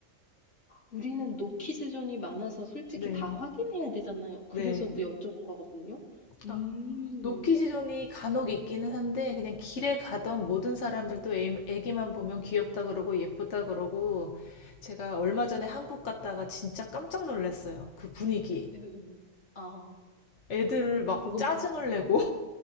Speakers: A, on the left; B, on the left.
A: 우리는 노키즈존이 많아서 솔직히
B: 네,
A: 다 확인해야 되잖아요. 그래서
B: 네.
A: 뭐 여쭤본 거거든요. 음,
B: 어, 노키즈존이 간혹 있기는 한데 그냥 길에 가던 모든 사람들도 애, 애기만 보면 귀엽다 그러고 예쁘다 그러고 제가 얼마 전에 한국 갔다가 진짜 깜짝 놀랐어요. 그 분위기에.
A: 에, 에. 아,
B: 애들 막
A: 조금,
B: 짜증을 내고.